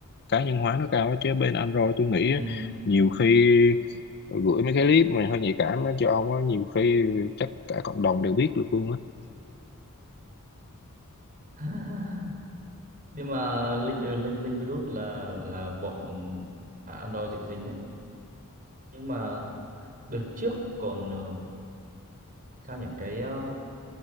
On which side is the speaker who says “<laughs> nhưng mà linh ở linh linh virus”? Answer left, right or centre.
Right